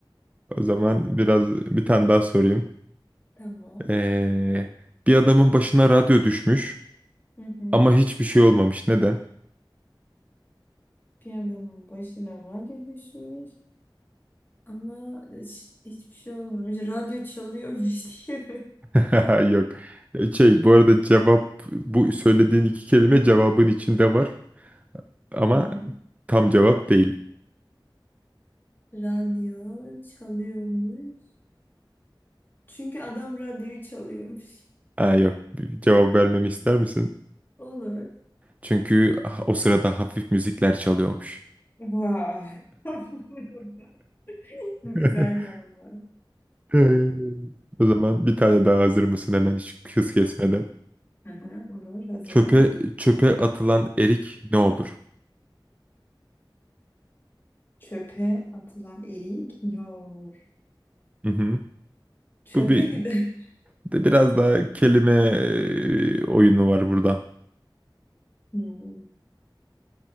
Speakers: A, on the right; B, on the left.
A: O zaman biraz bir tane daha sorayım.
B: <laughs> Tamam.
A: Ee, bir adamın başına radyo düşmüş
B: Hı hı.
A: ama hiçbir şey olmamış. Neden?
B: Bir adamın başına radyo düşmüş ama hiç- hiçbir şey olmamış. Radyo çalıyormuş <laughs> diye.
A: <laughs> Yok. E, Şey bu arada cevap bu söylediğin iki kelime cevabın içinde var ama
B: Hı hı.
A: tam cevap değil.
B: Radyo çalıyormuş. Çünkü adam radyoyu çalıyormuş.
A: Ha, yok. Bir Cevap vermemi ister misin?
B: Olur.
A: Çünkü ah, o sırada hafif müzikler çalıyormuş.
B: Vay. <laughs> Güzel
A: <laughs>
B: de ama.
A: Ee, O zaman bir tane daha hazır mısın hemen hiç hız kesmeden?
B: Hı hı, olur hazırım.
A: Çöpe çöpe atılan erik ne olur?
B: Çöpe atılan erik ne olur?
A: Hı hı.
B: Çöpe
A: Bu bir
B: gider. <laughs>
A: de biraz daha kelime e, oyunu var burada.
B: Hmm,